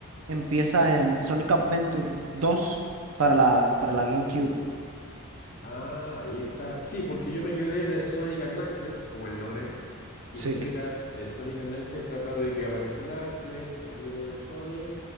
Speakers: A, on the right (about 80°); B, on the left (about 40°).
A: empieza en Sonic Adventure dos para la, para la GameCube.
B: Ah, ahí está. Sí, porque yo me quedé en el Sonic and Knuckles, como el lore, y
A: Sí.
B: en Sonic, a- el Sonic and Knuckles trata de que aparece Knuckles, se hace amigo de Sonic,